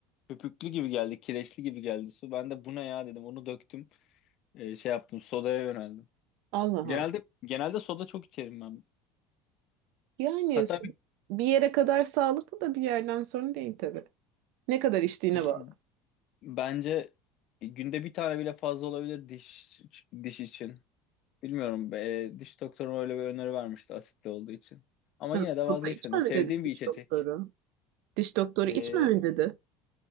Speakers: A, on the left (about 55°); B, on the right (about 75°).
A: köpüklü gibi geldi, kireçli gibi geldi su. Ben de bu ne ya dedim. Onu döktüm. E, şey yaptım. Sodaya yöneldim.
B: Allah Allah.
A: Genelde genelde soda çok içerim ben.
B: Yani
A: Hatta
B: su bir yere kadar sağlıklı da bir yerden sonra değil tabii. Ne kadar içtiğine
A: bir-
B: bağlı.
A: bence günde bir tane bile fazla olabilir diş diş için. Bilmiyorum. E, diş doktorum öyle bir öneri vermişti asitli olduğu için. Ama
B: Hı,
A: yine de
B: Burada
A: vazgeçmedim.
B: içme mi
A: Sevdiğim
B: dedi
A: bir
B: diş
A: içecek.
B: doktoru. Diş doktoru
A: E,
B: içmeme dedi.